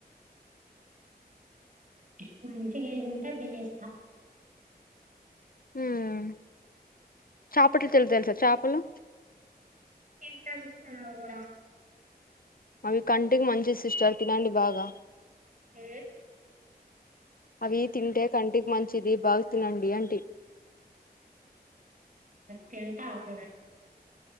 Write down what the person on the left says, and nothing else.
మ్ చేపలతెలు తెలుసా చేపలు
అవి కంటికి మంచివి సిస్టర్ తినండి బాగా
అవి తింటే కంటికి మంచిది బాగు తినండి అంటి